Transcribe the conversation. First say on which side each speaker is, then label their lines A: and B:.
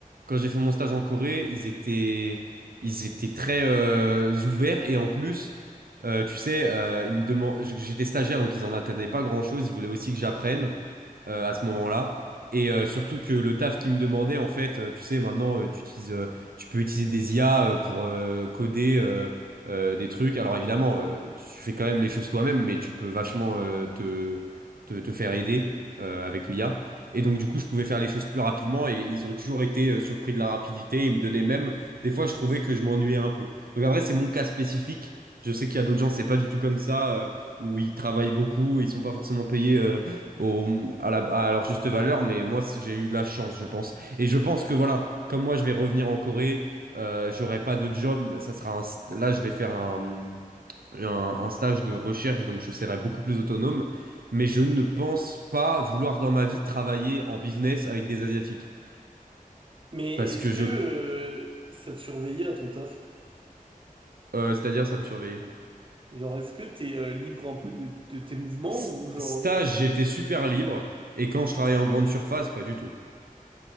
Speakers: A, on the right; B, on the right.
A: quand j'ai fait mon stage en Corée, ils étaient, ils étaient très euh, ouverts. Et en plus, euh, tu sais, euh, ils me demandent, j'étais stagiaire, donc ils en attendaient pas grand-chose. Ils voulaient aussi que j'apprenne euh, à ce moment-là. Et euh, surtout que le taf qu'ils me demandaient, en fait, euh, tu sais, maintenant, euh, tu utilises, euh, tu peux utiliser des IA euh, pour euh, coder. euh, euh, des trucs. Alors évidemment, euh, tu fais quand même les choses toi-même, mais tu peux vachement euh, te, te, te faire aider euh, avec l'IA. Et donc du coup, je pouvais faire les choses plus rapidement et ils ont toujours été euh, surpris de la rapidité. Ils me donnaient même, des fois, je trouvais que je m'ennuyais un peu. Donc après, c'est mon cas spécifique. Je sais qu'il y a d'autres gens, c'est pas du tout comme ça, euh, où ils travaillent beaucoup, et ils sont pas forcément payés euh, au, à la, à leur juste valeur, mais moi, c'est- j'ai eu de la chance, je pense. Et je pense que voilà, comme moi, je vais revenir en Corée. Euh, j'aurai pas de job, ça sera un st- là je vais faire un, un, un stage de recherche, donc je serai beaucoup plus autonome, mais je ne pense pas vouloir dans ma vie travailler en business avec des Asiatiques,
B: Mais
A: parce
B: est-ce
A: que
B: que
A: je,
B: euh, ça te surveillait à ton taf?
A: euh, c'est-à-dire ça me surveillait.
B: Genre, est-ce que t'es euh, libre un peu de, de tes mouvements
A: S-
B: ou genre
A: stage,
B: euh,
A: j'étais super libre, et quand je travaillais en grande surface, pas du tout.